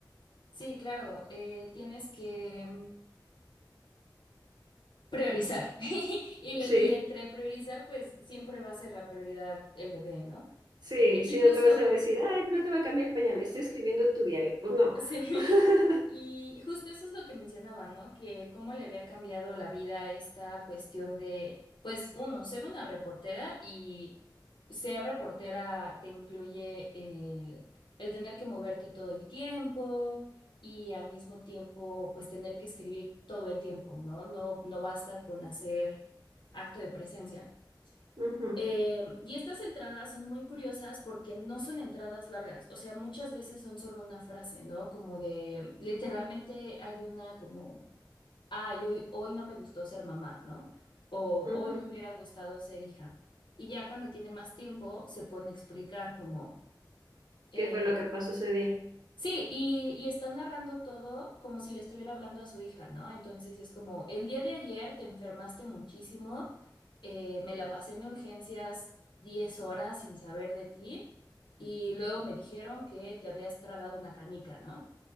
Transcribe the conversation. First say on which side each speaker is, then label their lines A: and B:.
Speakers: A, on the left; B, on the right.
A: sí, claro. eh, tienes que... mm, Priorizar. <laughs> Y,
B: Sí.
A: y entre priorizar, pues siempre va a ser la prioridad el bebé, ¿no?
B: Sí,
A: Eh, y
B: si
A: justo,
B: no le vas a decir, ay, no te va a cambiar el pañal, estoy escribiendo tu diario. Pues no.
A: sí,
B: <laughs>
A: <laughs> y justo eso es lo que mencionaba, ¿no? Que cómo le había cambiado la vida a esta cuestión de, pues, uno, ser una reportera y ser reportera te incluye el, el tener que moverte todo el tiempo y al mismo tiempo, pues, tener que escribir todo el tiempo, ¿no? No, no basta con hacer acto de presencia.
B: Ujú,
A: Eh, y estas entradas son muy curiosas porque no son entradas largas, o sea, muchas veces son solo una frase, ¿no? Como de, literalmente hay una como, ay, hoy, hoy no me gustó ser mamá, ¿no? O
B: ujú.
A: hoy me hubiera gustado ser hija. Y ya cuando tiene más tiempo se pone a explicar como, eh,
B: ¿Qué fue lo que pasó ese día?
A: Sí, y, y está narrando todo como si le estuviera hablando a su hija, ¿no? Entonces es como, el día de ayer te enfermaste muchísimo, eh, me la pasé en urgencias 10 horas sin saber de ti, y luego me dijeron que te habías tragado una canica, ¿no?